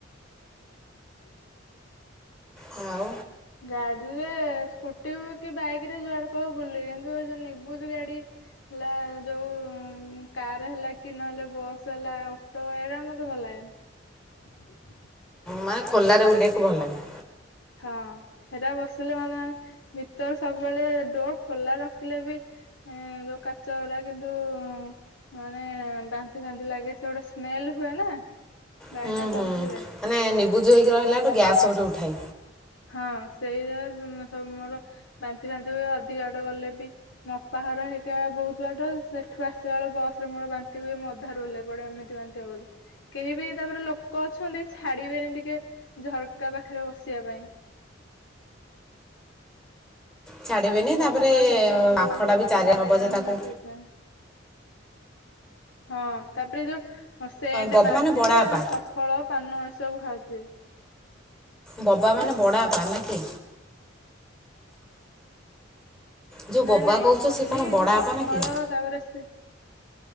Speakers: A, on the left; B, in the centre.
A: ହୁଁ।
B: ହଉ।
A: ଗାଡିରେ ସ୍କୁଟି କି ବାଇକ ରେ ଯୁଆଡେ କ ବୁଲ କିନ୍ତୁ ଏ ଯୋଉ ନିବୁଜ ଗାଡି ହେଲା ଯୋଉ କାର ହେଲା କି ନହେଲେ ବସ୍ ହେଲା ଅଟୋ ଏଇଗଳିା ମତେ ଭଲ ଲାଗେନି।
B: ମାନେ ଖୋର୍ଲାରେ ବୁଲିବାକୁ ଭଲ ଲାଗେ
A: ହଁ ସେଟା ବସିଲେ ମେ ମାନେ ଭିତରେ ସବୁବେଳେ ଡୋର ଖୋଲା ରଖିଲେ ବି ଯୋଉ କାଚ ଗଡା କିନ୍ତୁ ମାନେ ବାନ୍ତି ଫାନ୍ତି ଲାଗେ ସେ ଗୋଟେ ସ୍ମେଲ ହୁଏ ନା। ଗାଡିଟା
B: ହୁଁ ହୁଁ
A: ଚାଲୁଥିଲେ।
B: ମାନେ ନିବୁଜ ହେଇକି ରହିଲାଠୁ ଗ୍ୟାସ ଗୋଟେ ଉଠାଇ।
A: ହଁ ସେଇଟ ସବୁ ମୋର ବାନ୍ତି ଫନ୍ତି ହୁଏ ଅଧିକା ବାଟ ଗଲେ ବି ମୋପାଘର ହେଇକା ବହୁତ ବାଟ ସେଠୁ ଆସିଲା ବେଳଳେ ବସ ରେ ମୋର ବାନ୍ତି ହୁଏ ମୁ ଅଧା ରୁଲେ ପଡେ ଏମିତି ବାନ୍ତି ହ ବ କେହି ବି ତାପରେ ଲୋକ ଅଛନ୍ତି ଛାଡିବେନି ଟିକେ ଝରକା ପାଖରେ ବସିବା ପାଇ।
B: ଛାଡ଼ିବେନି
A: ବହୁତ
B: ତାପରେ
A: ସେଇଥିାଇ ମୁଁ
B: ବାମ୍ଫଟା
A: ବହୁ ବହୁତ
B: ବି
A: ଥର
B: ଚାରି
A: ହଇରାଣ
B: ହବ ଯେ ତାକୁ
A: ହୁଏ ସେଇଥିପାଇଁ। ହଁ ତାପରେ ଯୋଉ ସେଟ
B: ବବା
A: ମାରିବେ
B: ମାନେ ବଡ଼ ବାପା
A: ସଫଳ ପାନ। ସବୁ ଖାଉଥିବେ।
B: ବବା ମାନେ
A: ହୁଁ
B: ବଡାପା ନା <inaudible> ଯେଉଁ
A: ନାଇଁ
B: ବବା
A: ନାଇଁ
B: କହୁଛ
A: କହିଲି
B: ସେ କଣ ବଡ଼
A: ଯୋଉ
B: ବାପା
A: ସଫଳ
B: ନା କି
A: ତାପରେ ସେ